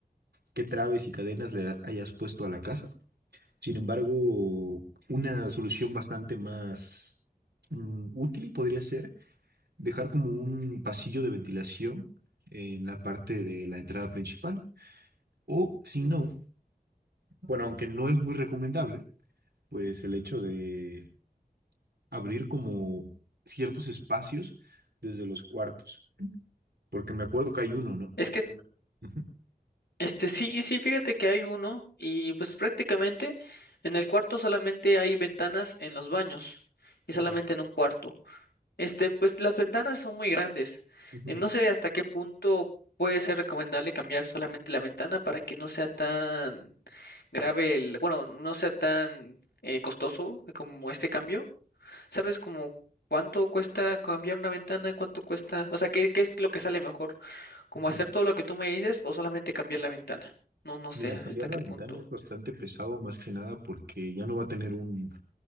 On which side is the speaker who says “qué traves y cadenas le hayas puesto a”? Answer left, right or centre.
Right